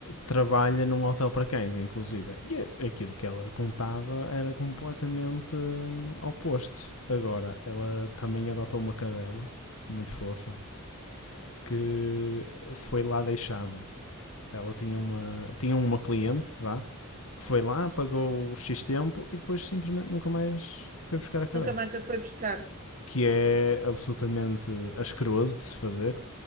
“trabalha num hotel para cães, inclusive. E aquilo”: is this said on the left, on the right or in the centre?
Left